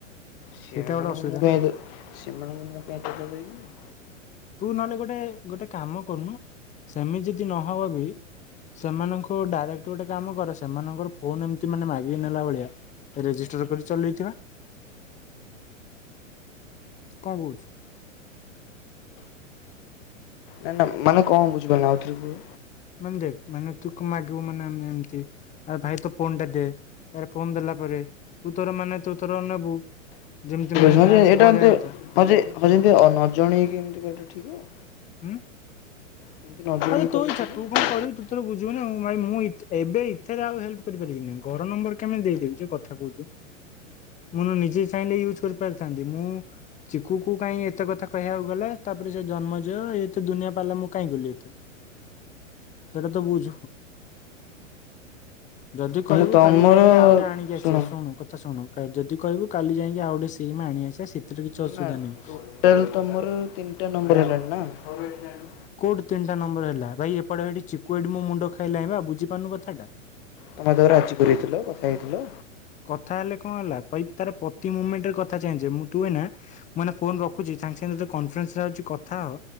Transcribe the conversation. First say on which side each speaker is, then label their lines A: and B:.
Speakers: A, on the left; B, on the left.
A: ସେମାନଙ୍କୁ
B: ସେଇଟା ଗୋଟେ ଅସୁବିଧା
A: ମୁଁ କାଇଁ
B: ନା।
A: ଦେବି ସେମାନଙ୍କୁ ମୁଁ କାଇଁ ପଇସା ଦେବିି କି?
B: ତୁ ନହେଲେ ଗୋଟେ ଗୋଟେ କାମ କରୁନୁ? ସେମିତି ଯଦି ନହବ ବି ସେମାନଙ୍କ ଡାଇରେକ୍ଟ ଗୋଟେ ଗୋଟେ କାମ କର ସେମାନଙ୍କର ଫୋନ୍ ଏମିତି ମାନେ ମାଗିକି ନେଲା ଭଳିଆ ରେଜିଷ୍ଟର୍ କରି ଚଲେଇଥିବା, କଣ କହୁଚୁ? <inaudible>
A: ନା-ନା ମାନେ କଣ ବୁଝିପାରୁନି ଆଉ ଥରେ କୁହ।
B: ମାନେ ଦେଖ୍ ମାନେ ତୁ ମାଗିବୁ ମାନେ ଏମିତି ଆ ଭାଇ ତୋ ଫୋନଟା ଦେ ୟାର ତା ଫୋନ୍ ଦେଲା ପରେ ତୁ ତୋର ମାନେ ତୁ ତୋର ନେବୁ। ଯେମିତି ମାନେ
A: ହଁ
B: ଯାହା
A: ଯେ ଏଇଟା
B: ସବୁ କରିବା
A: ଏଯେ
B: କଥା
A: ହଁ ଯେ ହଁଯେ ନଜଣେଇକି ଏମିତି କରିବା ଠିକ ହବ?
B: ହୁଁ,
A: ଏମିତି ନ ଜଣେଇକି
B: ଆରେ
A: କଲେ
B: ତୋ ଇଚ୍ଛା
A: ଠିକ୍ ହବ
B: ତୁ କଣ କରିବୁ ତୁ ତୋର ବୁଝିବୁନା ଭାଇ ମୁଁ ମୁଁ ଏତି ଏବେ ଏଥିରେ ଆଉ ହେଲ୍ପ୍ କରିପାରିବିନି ଘର ନମ୍ବର କେମିତି ଦେଇଦେବି ଯେ କଥା କହୁଛୁ ମୁଁ ନିଜେ ଚାହିଁଲେ ୟୁଜ୍ କରିପାରିଥାନ୍ତି ମୁଁ ଚିକୁକୁୁ କାଇଁ ଏତେ କଥା କହିବାକୁ ଗଲା ତାପରେ ସେ ଜନ୍ମଯ <inaudible> ଏତେ ଦୁନିଆ ପାଲା ମୁଁ କାହିଁ କଲି ଏତେ ସେଇଟା ତ ବୁଝ? ଯଦି
A: ମାନେ
B: କହିବୁ
A: ତମର
B: କାଲି ଯାଇକି ଆଉ ଗୋଟେ ଆଣିକି ଆସିବା
A: ଶୁଣ
B: ଶୁଣୁ କଥା ଶୁଣୁ ଯଦି କହିବୁ କାଲି ଯାଇକି ଆଉ ଗୋଟେ ସିମ୍ ଆଣି ଆସିବା ସେଥିରେ କିଛି ଅସୁବିଧା
A: ନା
B: ନାହିଁ।
A: ଟୋଟାଲ ତମର ତିନିଟା ନମ୍ବର <unintelligible>
B: କୋଉଠୁ ତିନିଟା ନମ୍ବର ହେଲା ଭାଇ ଏପଟେ ଏଠି ଚିକୁ ଏଇଠି ମୋ ମୁଣ୍ଡ ଖାଇଲାଣି ବୁଝ ବୁଝିପାରିନୁ କଥାଟା
A: ତମେ ତାକୁ ରାଜି କରେଇଥିଲ କଥା ହେଇଥିଲ।
B: କଥା ହେଲେ <unintelligible> ତାର ପ୍ରତି ମୁମେଣ୍ଟେରେ କଥ୍ କଥା ଚେଞ୍ଜ୍ ହୁଏ ତୁ ଏଇନା ମୁଁ ଏନା ଫୋନ୍ ରଖୁଛି ସାଙ୍ଗେ ସାଙ୍ଗେ ତତେ କନଫରେନ୍ସ୍ ଅଛି କଥା ହ